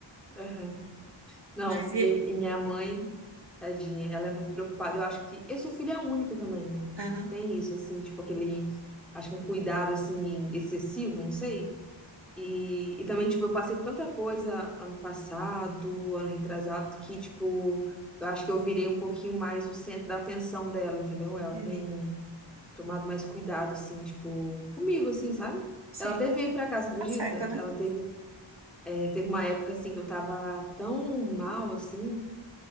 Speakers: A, in the centre; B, on the right.
A: aham. Não,
B: Mas e.
A: e, e minha mãe, tadinha, ela é muito preocupada. Eu acho que eu sou filha única também, né?
B: Aham,
A: Tem isso, assim, tipo, aquele, acho que um cuidado, assim, excessivo, não sei. E, e também, tipo, eu passei por tanta coisa ano passado, ano retrasado, que, tipo, eu acho que eu virei um pouquinho mais o centro da atenção dela, entendeu?
B: entendi.
A: Ela tem tomado mais cuidado, assim, tipo, comigo, assim, sabe?
B: Sim,
A: Ela até veio pra cá, você acredita?
B: tá certa, né?
A: Ela teve, é, teve uma época, assim, que eu tava tão mal, assim,